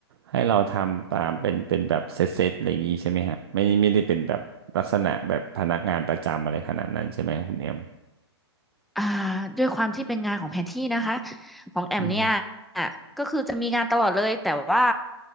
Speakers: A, on the right (about 60°); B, in the centre.
A: ให้เราทำตามเป็นเป็นแบบเซตๆอะไรอย่างงี้ใช่ไหมฮะไม่ไม่ได้เป็นแบบลักษณะแบบพนักงานประจำอะไรขนาดนั้นใช่ไหมครับคุณเอ็ม
B: อ่าด้วยความที่เป็นงานของแผนที่นะคะของแอมเนี่ย
A: อืม
B: ก็คือจะมีงานตลอดเลยแต่ว่า